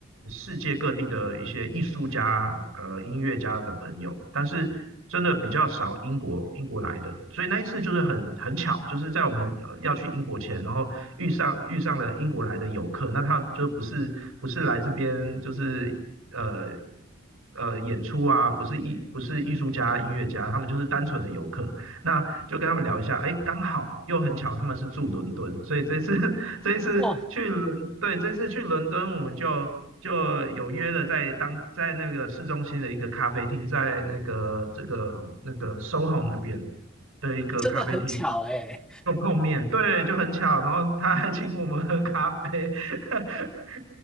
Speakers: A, on the right (about 75°); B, in the centre.
A: 世界各地的一些艺术家、呃音乐家的朋友，但是真的比较少英国英国来的，所以那一次就是很很巧，就是在我们呃要去英国前，然后遇上遇上了英国来的游客，那他就不是不是来这边就是呃呃演出啊，不是艺不是艺术家、音乐家，他们就是单纯的游客，那就跟他们聊一下，哎，刚好又很巧，他们是住伦敦，所以这次这一次去伦，
B: 哦，
A: 对，这次去伦敦，我们就就有约了在当在那个市中心的一个咖啡厅，在那个这个那个 SOHO 那边的一个咖啡厅
B: 真的很巧哎，
A: 就碰面，对，就很巧，然后他还请我们喝咖啡，<laughs>